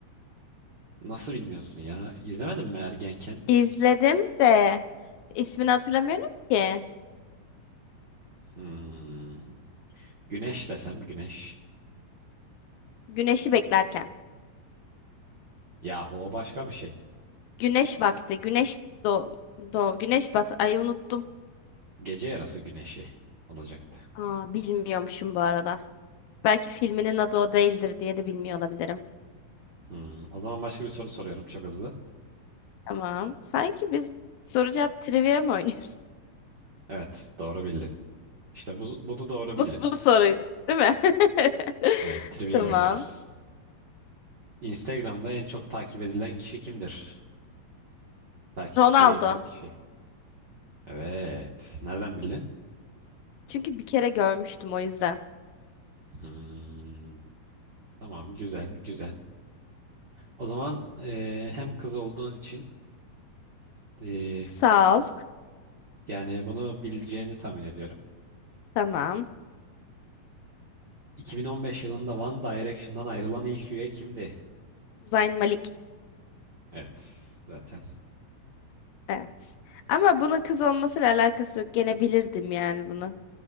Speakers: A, on the right; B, on the left.
A: Nasıl bilmiyorsun ya? İzlemedin mi ergenken?
B: İzledim de ismini hatırlamıyorum ki.
A: Hmm. Güneş desem güneş.
B: Güneşi beklerken.
A: Yahu o başka bir şey.
B: Güneş vakti. Güneş doğ doğ güneş batı. Ay unuttum.
A: Gece yarısı güneşi olacaktı.
B: Aa, bilmiyormuşum bu arada. Belki filminin adı o değildir diye de bilmiyor olabilirim.
A: Hmm. O zaman başka bir soru soruyorum çok hızlı.
B: Tamam. Sanki biz soru cevap trivia mı oynuyoruz?
A: Evet, doğru bildin. İşte bu, bunu doğru bildin.
B: Bu, bu soruydu, değil mi? <laughs>
A: Evet, trivia
B: Tamam.
A: oynuyoruz. Instagram'da en çok takip edilen kişi kimdir? Takipçisi
B: Ronaldo.
A: en yüksek kişi. Evet. Nereden bildin?
B: Çünkü bir kere görmüştüm o yüzden.
A: Hmm, tamam güzel güzel. O zaman e, hem kız olduğun için e,
B: Sağ ol.
A: yani bunu bileceğini tahmin ediyorum.
B: Tamam.
A: 2015 yılında One Direction'dan ayrılan ilk üye kimdi?
B: Zayn Malik.
A: Evet zaten.
B: Evet. Ama bunun kız olmasıyla alakası yok. Gene bilirdim yani bunu.